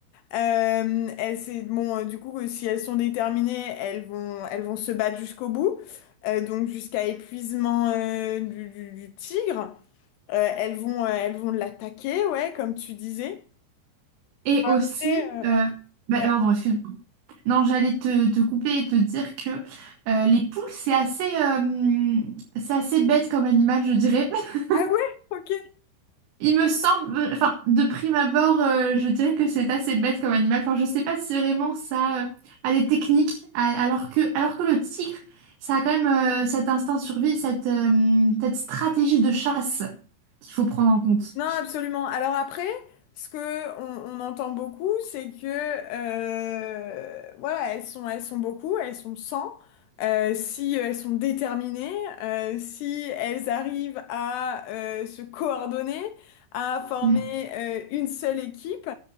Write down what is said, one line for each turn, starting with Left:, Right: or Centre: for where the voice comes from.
Left: Euh, elles, c'est, bon, euh, du coup, euh, si elles sont déterminées, elles vont, elles vont se battre jusqu'au bout, Euh, donc jusqu'à épuisement euh, du, du- du tigre. Euh, elles vont, euh, elles vont l'attaquer, ouais, comme tu disais.
Right: Et aussi,
Left: Après, euh,
Right: euh, bah,
Left: ouais.
Right: pardon, excuse-moi. Non, j'allais te, te couper et te dire que euh, les poules, c'est assez, euh, c'est assez bête comme animal, je dirais. <laughs>
Left: Ah ouais, ok.
Right: Il me semble, enfin, de prime abord, euh, je dirais que c'est assez bête comme animal. Enfin, je sais pas si vraiment ça euh, a des techniques, a- alors que, alors que le tigre, ça a quand même euh, cet instinct de survie, cette, euh, cette stratégie de chasse qu'il faut prendre en compte.
Left: Non, absolument. Alors après, ce que on, on entend beaucoup, c'est que euh, voilà, elles sont, elles sont beaucoup, elles sont cent, Euh, si elles sont déterminées, euh, si elles arrivent à euh, se coordonner, à former
Right: Mm.
Left: euh, une seule équipe,